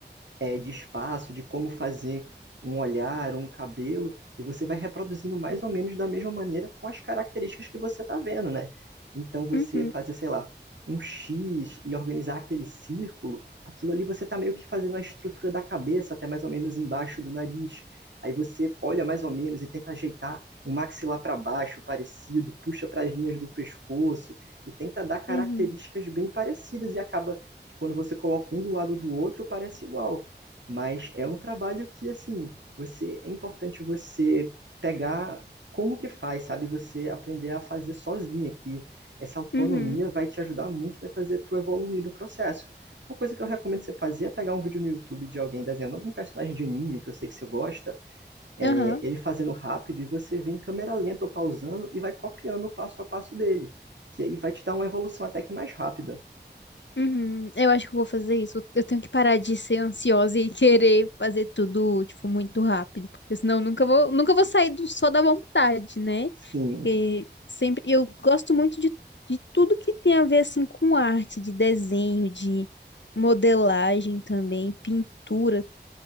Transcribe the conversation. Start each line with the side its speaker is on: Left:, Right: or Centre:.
Right: é, de espaço, de como fazer um olhar, um cabelo, e você vai reproduzindo mais ou menos da mesma maneira com as características que você está vendo, né? Então você
Left: Uhum,
Right: fazer, sei lá, um X e organizar aquele círculo, aquilo ali você está meio que fazendo a estrutura da cabeça, até mais ou menos embaixo do nariz. Aí você olha mais ou menos e tenta ajeitar o maxilar para baixo, parecido, puxa para as linhas do pescoço e tenta dar características
Left: uhum,
Right: bem parecidas e acaba que quando você coloca um do lado do outro, parece igual. Mas é um trabalho que, assim, você é importante você pegar como que faz, sabe? Você aprender a fazer sozinha, que essa autonomia
Left: uhum.
Right: vai te ajudar muito, vai fazer tu evoluir no processo. Uma coisa que eu recomendo você fazer é pegar um vídeo no YouTube de alguém desenhando algum personagem de anime que eu sei que você gosta, é,
Left: Aham.
Right: ele fazendo rápido e você vem em câmera lenta ou pausando e vai copiando o passo a passo dele. E aí vai te dar uma evolução até que mais rápida.
Left: Uhum, eu acho que eu vou fazer isso. Eu tenho que parar de ser ansiosa e querer fazer tudo, tipo, muito rápido, porque senão eu nunca vou, nunca vou sair do só da vontade, né?
Right: Sim,
Left: Porque sempre eu gosto muito de, de tudo que tem a ver assim com arte, de desenho, de modelagem também, pintura.